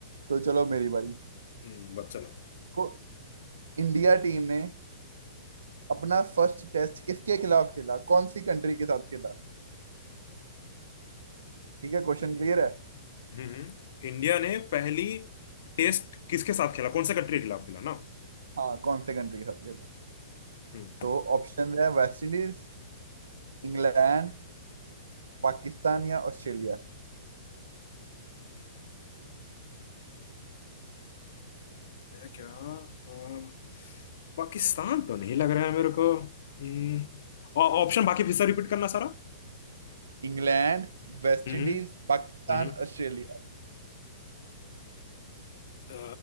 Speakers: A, on the right; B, on the left.
A: तो चलो मेरी बारी
B: हम्म, बस चलो
A: तो इंडिया टीम ने अपना फर्स्ट टेस्ट किसके खिलाफ खेला कौन सी कंट्री के साथ खेला ठीक है क्वेश्चन क्लियर है
B: हम्म इंडिया ने पहली टेस्ट किसके साथ खेला कौन सा कंट्री के खिलाफ खेला ना
A: हाँ कौन से कंट्री के साथ खेला
B: हम्म
A: तो ऑप्शन है वेस्ट इंडीज इंग्लैंड पाकिस्तान या Australia
B: मैं क्या अ, पाकिस्तान तो नहीं लग रहा है मेरे को हम्म ऑ- ऑप्शन बाकी फिर से रिपीट करना सारा
A: England West
B: हम्म
A: Indies Pakistan
B: हम्म
A: Australia
B: अ,